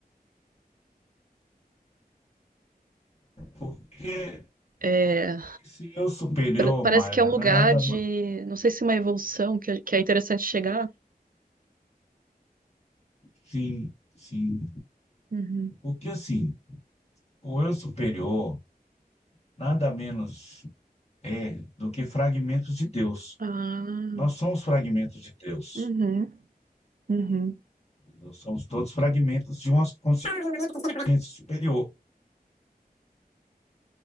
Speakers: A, on the left; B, on the right.
A: Porque
B: é,
A: esse eu superior,
B: pra- parece
A: Mayra,
B: que é um lugar
A: não é nada.
B: de.
A: ma-
B: Não sei se é uma evolução que, que é interessante chegar.
A: Sim, sim.
B: Uhum.
A: Porque assim, o eu superior nada menos é do que fragmentos de Deus.
B: Ah,
A: Nós somos fragmentos de Deus.
B: uhum, uhum,
A: Nós somos todos fragmentos de uma consciência superior.